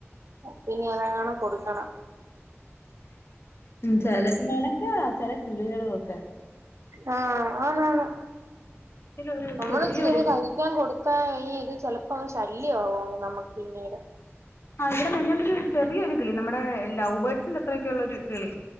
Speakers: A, on the right (about 80°); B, on the left (about 60°).
A: ഇപ്പിനിയങ്ങനെ കൊടുക്കണം.
B: ചെല മെനക്കേടാ, ചെല കിളികളൊക്കെ.
A: ആ ആന്നാന്നു,
B: ഇതിലൊരു
A: നമ്മളിച്ചിരെ
B: ചെറിയൊരു
A: ഒന്ന് കഴിക്കാൻ കൊടു ആ ഈ ഇത് ചെലപ്പങ്ങു ശല്ല്യാവും അങ്ങ് നമക്ക് പിന്നീട്.
B: ആ ഇവിടെ മിനിഞ്ഞാന്ന് ഒരു ചെറിയൊരു കിളി, നമ്മുടെ ലവ്ബേർഡ്സിന്റെ അത്രയൊക്കെള്ള ഒരു കിളി,